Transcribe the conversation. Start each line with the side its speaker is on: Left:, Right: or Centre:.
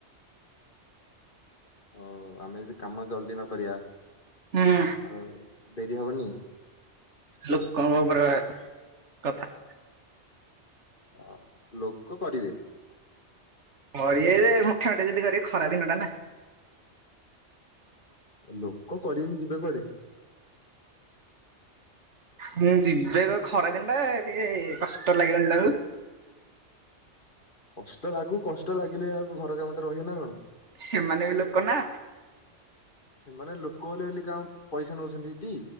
Left: ହ ଆମେ ଯଦି କାମ ଜଲଦି ନକରିଆ
Right: ହୁଁ
Left: ଆଉ ଡେରି ହବନି।
Right: ଲୋକଙ୍କ ଉପରେ କଥା।
Left: ହଁ ଲୋକ କରିବେ।
Right: ହ ଯେ ମୋଟାମୋଟି ଯଦି କରିବେ ଖରା ଦିନ ଟା ନା।
Left: ଲୋକ କରିବନି ଯିବେ କୁଆଡେ?
Right: ମୁଁ ଯିବି ଖରା ଦିନ ଟା ଟିକେ କଷ୍ଟ ଲାଗିବନି ତାକୁ
Left: କଷ୍ଟ ଲାଗୁ କଷ୍ଟ ଲାଗିଲେ ଆଉ ଘର କାମ ଟା ରହିବେ ନା କଣ।
Right: ସେମାନେ ବି ଲୋକ ନା।
Left: ସେମାନେ ଲୋକ ହେଲେ ବୋଲି କାଅଁ ପଇସା ନଉଛନ୍ତି କି